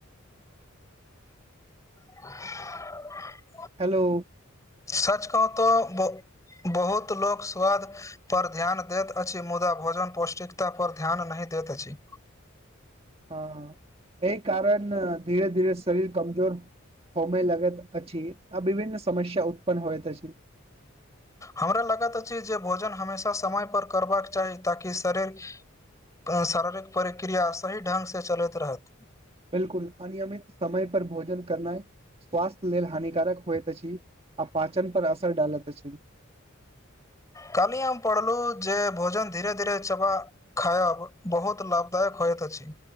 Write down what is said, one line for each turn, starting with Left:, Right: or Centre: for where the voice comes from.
Left: <unintelligible>
Right: हेलो।
Left: सच कह तो बो। बहुत लोक स्वाद पर ध्यान देत अछि मुदा भोजन पौष्टिक ता पर ध्यान नहि देत अछि।
Right: हँ एहि कारण धीरे -धीरे शरीर कमजोर। होबे लगैत अछि आ विभिन्न समस्या उत्पन्न होइत अछि।
Left: हमरा लागैत अछि जे भोजन हमेशा समय पर करबाक चाही ताकि शरीर क शारीरिक प्रिक्रिया सही ढंगसे चलैत रहत।
Right: बिल्कुल अनियमित समय पर भोजन करनाइ। स्वास्थ्य लेल हानिकारक होइत अछि आ पाचन पर असर डालैत अछि।
Left: काल्ही हम पढ़लौ जे भोजन धीरे -धीरे चबा। खायब बहुत लाभदायक होयत अछि।